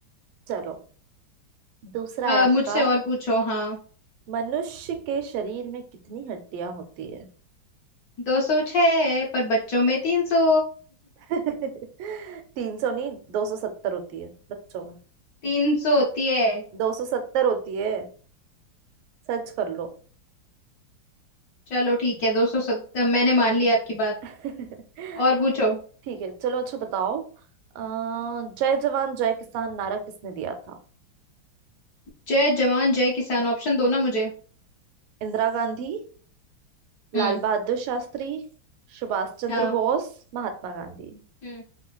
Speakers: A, on the right; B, on the left.
A: चलो दूसरा
B: अ,
A: है आपका
B: मुझसे और पूछो हाँ
A: मनुष्य के शरीर में कितनी हड्डियां होती है
B: दो सौ छह पर बच्चों में तीन सौ
A: <laughs> तीन सौ नहीं दो सौ सत्तर होती है बच्चों में
B: तीन सौ होती है
A: दो सौ सत्तर होती है सर्च कर लो
B: चलो ठीक है दो सौ सत्तर मैंने मान लिया आपकी बात
A: <laughs>
B: और पूछो
A: ठीक है चलो अच्छा बताओ अ, जय जवान जय किसान नारा किसने दिया था
B: जय जवान जय किसान ऑप्शन दो ना मुझे
A: इंदिरा गांधी लाल
B: हम्म
A: बहादुर शास्त्री सुभाष चंद्र
B: हाँ
A: बोस महात्मा गांधी
B: हम्म